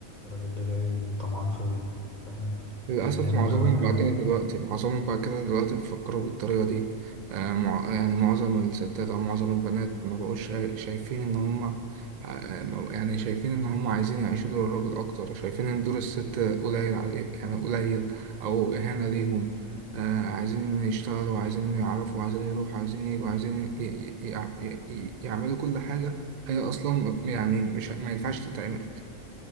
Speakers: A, on the left; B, on the right.
A: الراجل ده جاي طمعان فيا فاهم
B: للأسف
A: آه، إن أنا
B: معظمهم
A: لو أنا
B: بقى كده دلوقتي معظمهم بقى كده دلوقتي بيفكروا بالطريقة دي آه، مع- يعني معظم الستات أو معظم البنات ما بقوش شا- شايفين إن هما آه، ما- يعني شايفين إن هما عايزين يعيشوا دور الراجل أكتر شايفين إن دور الست قليل على يعني قليل أو إهانة ليهم آه، عايزين يشتغلوا عايزين يعرفوا عايزين يروحوا عايزين يجوا عايزين ي- ي- ي- ي- يعملوا كل حاجة هي أصلا يعني مش ما ينفعش تتعمل